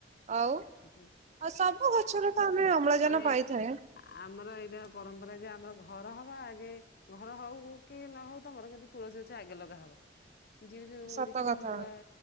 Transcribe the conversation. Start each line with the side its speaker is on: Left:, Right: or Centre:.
Right: ଆଉ
Left: ସେଥି
Right: ସବୁ ଗଛରେ ତ ଆମେ ଅମ୍ଳଜାନ
Left: ମାନେ
Right: ପାଇଥାଏ।
Left: ଆମର ଏଇଟା ପରମ୍ପରା, ଯେ ଆମର ଘର ହବା ଆଗେ ଘର ହଉ କି ନ ହଉ ତମର କିନ୍ତୁ ତୁଳସୀ ଗଛ ଆଗେ ଲଗାହବ ଯିଏ ଜଉ
Right: ସତ
Left: ଦେଖିବ
Right: କଥା।
Left: ନୂଆ